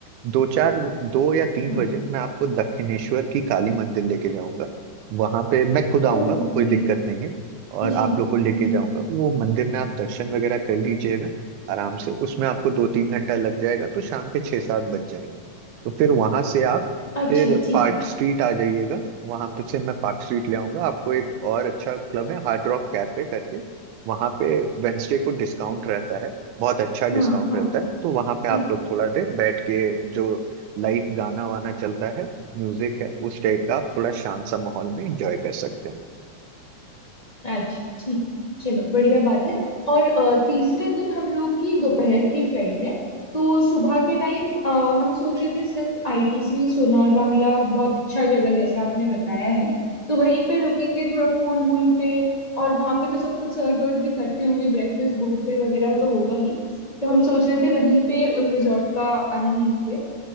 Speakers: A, on the right; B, on the left.
A: दो चार दो या तीन
B: हाँ
A: बजे मैं आपको दक्षिणेश्वर की काली मंदिर लेके जाऊंगा वहां पे मैं खुद आऊंगा
B: ओ ओके
A: कोई दिक्कत नहीं है और
B: जी
A: आप लोग को लेके
B: जी
A: जाऊंगा वो मंदिर में आप दर्शन वगैरह कर लीजिएगा आराम से उसमें आपको दो तीन घंटा लग जाएगा तो शाम के छः सात बज जाएंगे तो फिर वहां से आप
B: अच्छा
A: फिर
B: ठीक
A: पार्क
B: है
A: स्ट्रीट आ जाइएगा वहां पे से मैं पार्क स्ट्रीट ले आऊंगा आपको एक और अच्छा क्लब है हार्ड रॉक कैफे करके वहां पे वेंसडे को डिस्काउंट रहता है बहुत अच्छा
B: हाँ
A: डिस्काउंट
B: हाँ
A: रहता है तो वहां पे
B: ठीक
A: आप
B: है
A: लोग थोड़ा देर बैठ के जो लाइव गाना वाना चलता है म्यूजिक है उस टाइप का आप थोड़ा शांत सा माहौल में एंजॉय कर सकते हैं
B: अच्छा ठीक है चलो बढ़िया बात है और अ, तीसरे दिन हम लोग की दोपहर की फ्लाइट है तो सुबह के टाइम हम सोच रहे थे सिंस आईटीसी सोनार बांग्ला बहुत अच्छा जगह जैसे आपने बताया है तो वहीं पे रुकेंगे थोड़ा पूल वूल पे और वहां पे तो सब कुछ सर्व वर्व भी करते होंगे ब्रेकफास्ट बुफे वगैरह तो होगा ही तो हम सोच रहे थे वहीं पे रिजॉर्ट का आनंद ले